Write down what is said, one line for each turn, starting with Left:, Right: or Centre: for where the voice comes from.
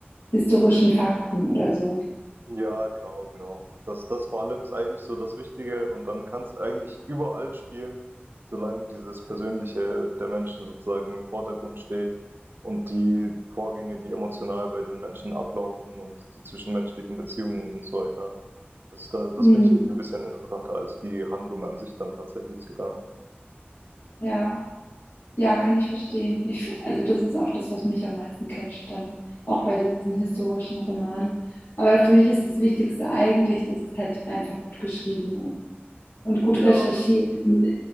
Left: historischen Fakten oder so.
Right: Ja, genau, genau. Das das vor allem ist eigentlich so das Wichtige und dann kannst du eigentlich überall spielen, solange dieses Persönliche der Menschen sozusagen im Vordergrund steht und die Vorgänge, die emotional bei den Menschen ablaufen und die zwischenmenschlichen Beziehungen und so weiter. Das da das
Left: Mhm.
Right: finde ich irgendwie ein bisschen interessanter als die Handlung an sich dann tatsächlich sogar.
Left: Ja, ja, kann ich verstehen. Ich, also das ist auch das, was mich am meisten catcht, dann auch bei diesen historischen Romanen. Aber für mich ist das Wichtigste eigentlich, dass es halt einfach gut geschrieben ist und gut
Right: Ja,
Left: recherchiert und,